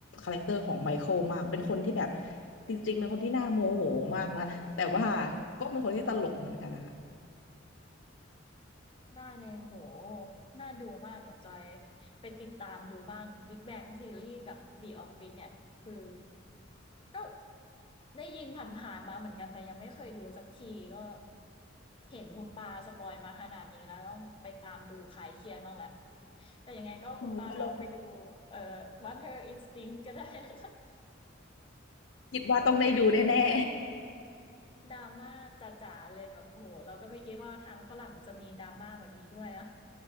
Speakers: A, on the left (about 75°); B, on the left (about 25°).
A: าแรคเตอร์ของไมเคิลมากเป็นคนที่แบบจริงๆเป็นคนที่น่าโมโหมากนะ <laughs> แต่ว่าก็เป็นคนที่ตลกเหมือนกันนะคะ
B: ได้เลยโหน่าดูมากเดี๋ยวจอยไปติดตามดูบ้าง Big Bang Theory กับ The Office เนี่ยคือ ก็ได้ยินผ่านๆมาเหมือนกันแต่ยังไม่เคยดูสักทีก็เห็นคุณปาสปอยมาขนาดนี้แล้วต้องไปตามดูคลายเครียดบ้างแหละแต่ยังไงก็คุณปาลองไปดู
A: ใช่ไปลอง
B: เอ่อ Mother Instinct ก็ได้นะคะ <laughs>
A: คิดว่าต้องได้ดูแน่
B: ดราม่าจ๋าๆเลยแบบโอ้โหเราก็ไม่คิดว่าทางฝรั่งจะมีดราม่าแบบนี้ด้วยนะ